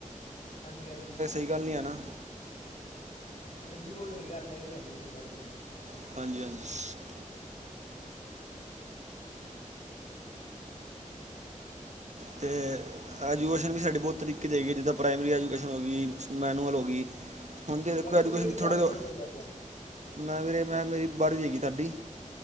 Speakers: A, on the left; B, on the right.
A: ਹਾਂਜੀ ਹਾਂਜੀ
B: ਕੋਈ ਗੱਲ ਨਹੀਂ ਹੈ ਨਾ
A: ਹਾਂਜੀ, ਬਿਲਕੁਲ ਸਹੀ ਗੱਲ ਐ, ਨੀ ਹੈਗੀ, ਸਹੀ ਗੱਲ ਨੀ ਐ।
B: ਹਾਂਜੀ-ਹਾਂਜੀ। ਅਤੇ ਐਜੂਕੇਸ਼ਨ ਵੀ ਸਾਡੇ ਬਹੁਤ ਤਰੀਕੇ 'ਤੇ ਹੈਗੀ, ਜਿੱਦਾਂ ਪ੍ਰਾਇਮਰੀ ਐਜੂਕੇਸ਼ਨ ਹੋ ਗਈ, ਮੈਨੂਅਲ ਹੋ ਗਈ। ਹੁਣ ਦੀ ਦੇਖੋ
A: ਵੈਸੇ
B: ਐਜੂਕੇਸ਼ਨ
A: ਤੁਸੀਂ ਕਿਹੜੀ ਕਲਾਸ
B: ਥੋੜਾ ਜਿਹਾ
A: 'ਚ ਪੜ੍ਹਦੇ ਹੋ ਅੱਜ
B: ਮੈਂ ਵੀੇਰੇ ਮੈਂ ਮੇਰੀ ਬਾਰ੍ਹਵੀ ਹੈਗੀ ਸਾਡੀ